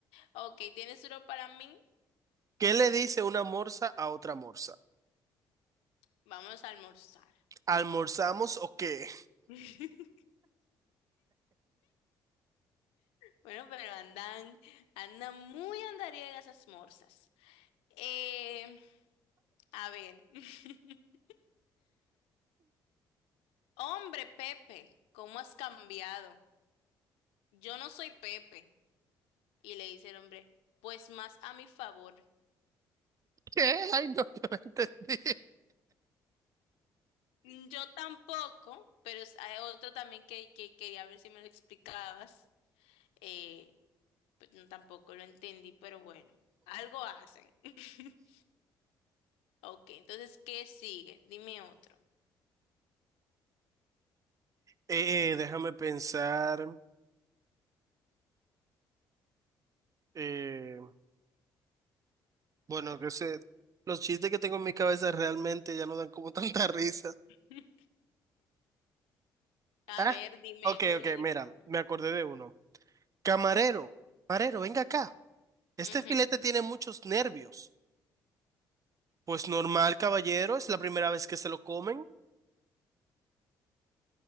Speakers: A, on the left (about 75°); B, on the right (about 35°).
A: Ok, tienes uno para mí,
B: ¿Qué le dice una morsa a otra morsa?
A: vamos a almorzar.
B: ¿Almorzamos o qué?
A: <laughs> Bueno, pero andan, andan muy andariegas esas morsas. Eh, a ver, <laughs> hombre Pepe, ¿cómo has cambiado? Yo no soy Pepe. Y le dice el hombre, pues más a mi favor.
B: ¿Qué? Ay, no, yo no entendí.
A: Mm, Yo tampoco, pero es- hay otro también que, que quería ver si me lo explicabas. Eh, pues no, tampoco lo entendí, pero bueno, algo hacen. <laughs> Ok, entonces, ¿qué sigue? Dime otro.
B: Eh, déjame pensar. eh, bueno, que sé. Los chistes que tengo en mi cabeza realmente ya no dan como tanta risa.
A: <laughs> A
B: Ah,
A: ver, dime
B: ok,
A: uno,
B: ok,
A: dime
B: mira,
A: uno.
B: me acordé de uno. Camarero, camarero, venga acá. Este
A: Ujú.
B: filete tiene muchos nervios. Pues normal, caballero, es la primera vez que se lo comen.